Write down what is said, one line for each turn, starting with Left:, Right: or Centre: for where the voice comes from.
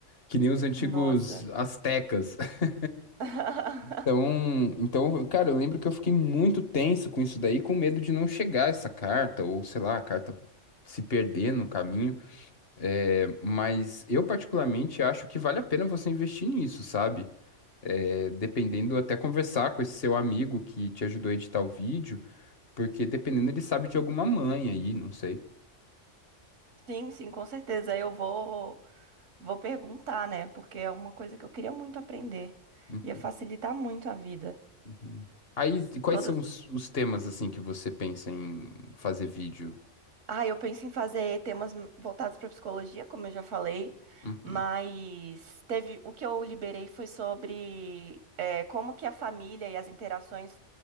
Left: Que nem os antigos
Right: Nossa.
Left: astecas. <laughs>
Right: <laughs>
Left: Então, então, cara, eu lembro que eu fiquei muito tenso com isso daí, com medo de não chegar essa carta, ou sei lá, a carta se perder no caminho. É, mas eu particularmente acho que vale a pena você investir nisso, sabe? É, dependendo, até conversar com esse seu amigo que te ajudou a editar o vídeo, porque dependendo, ele sabe de alguma manha aí, não sei.
Right: Sim, sim, com certeza. Eu vou, vou perguntar, né? Porque é uma coisa que eu queria muito aprender.
Left: Hum,
Right: Ia facilitar muito a vida.
Left: uhum. Aí, quais
Right: Todas
Left: são os, os temas, assim, que você pensa em fazer vídeo?
Right: Ah, eu penso em fazer temas voltados para psicologia, como eu já falei,
Left: Uhum,
Right: mas teve o que eu liberei foi sobre eh, como que a família e as interações